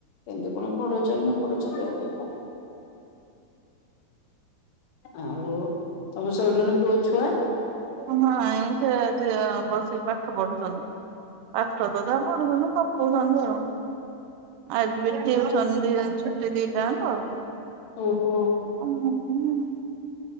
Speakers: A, on the left; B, on the right.
A: ଏମିତି କଣ ପଢ଼ଉଛନ୍ତି ନ ପଢ଼ଉଛନ୍ତି ଏ କିଏ କ ଆଉ ତମ ଶୋଇଲେଣି ପୁଅ ଛୁଆ।
B: ହଁ ଏଇ ଛୁଆ ଝିଅ ବସିକି ପାଠ ପଢୁଛନ୍ତି। ପାଠ ତ ଯାହା ପଢୁଛନ୍ତି ଗପୁଛନ୍ତି ଆଉ। ଆଜି ବି ଟିଉସନ ଦି ଜଣ ଛୁଟି ଦିଟା ଆଙ୍କ।
A: ଓହୋ
B: ଓ ହୁଁ।